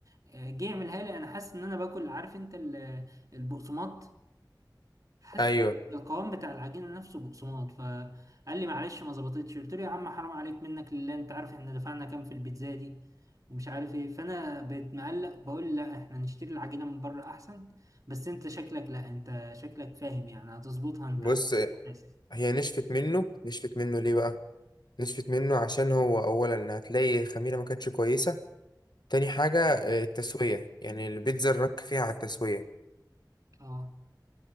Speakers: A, on the right (about 45°); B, on the left (about 65°).
A: آه، جه يعملها لي انا حاسس ان انا باكل عارف انت ال- البقسماط حاسس
B: أيوه
A: القوام بتاع العجينه نفسه بقسماط فقال لي معلش ما ظبطتش قلت له يا عم حرام عليك منك لله انت عارف احنا دفعنا كام في البيتزا دي ومش عارف ايه فانا بقيت مقلق بقول لا احنا نشتري العجينه من بره احسن بس انت شكلك لا انت شكلك فاهم يعني هتظبطها انت
B: بص
A: <laughs> حاسس
B: هي نشفت منه نشفت منه ليه بقى؟ نشفت منه عشان هو أولا هتلاقي الخميرة ما كانتش كويسة تاني حاجة آه، التسوية يعني البيتزا الرك فيها على التسوية
A: اه